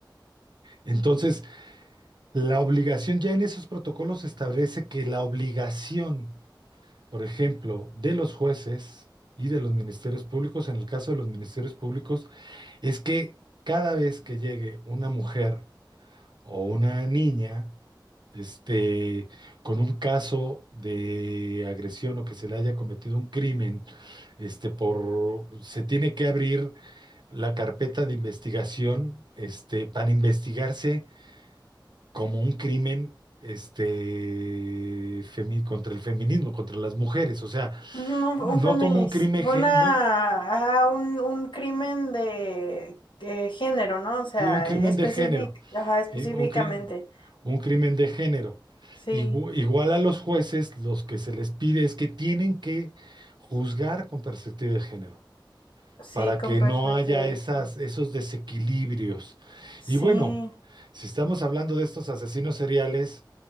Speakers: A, on the right; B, on the left.
A: Entonces, la obligación ya en esos protocolos establece que la obligación, por ejemplo, de los jueces y de los ministerios públicos, en el caso de los ministerios públicos, Es que cada vez que llegue una mujer o una niña, este, con un caso de agresión o que se le haya cometido un crimen, este, por, se tiene que abrir la carpeta de investigación, este, para investigarse como un crimen, este, femi- contra el feminismo, contra las mujeres, o sea,
B: Un,
A: no
B: un feminis,
A: como un crimen,
B: una,
A: gen- no,
B: ajá, un, un crimen de, de género, ¿no? O sea,
A: Sí, un crimen
B: especific,
A: de género.
B: ajá, específicamente.
A: Sí, un crimen. un crimen de género.
B: Sí,
A: Igu- Igual a los jueces, los que se les pide es que tienen que juzgar con perspectiva de género,
B: sí,
A: para
B: con
A: que
B: perspectiva
A: no haya
B: de
A: esas,
B: género.
A: esos desequilibrios.
B: Sí.
A: Y bueno, si estamos hablando de estos asesinos seriales,